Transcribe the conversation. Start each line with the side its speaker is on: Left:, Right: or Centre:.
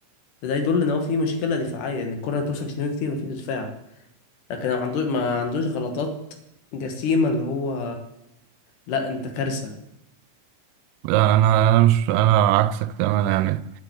Left: فده يدل ان هو في مشكله دفاعيه ان الكره اللي بتوصل لشناوي كتير مفيش دفاع لكن ما عندوش ما عندوش غلطات جسيمة اللي هو لا انت كارثة
Right: لا انا انا مش انا عكسك تماما يعني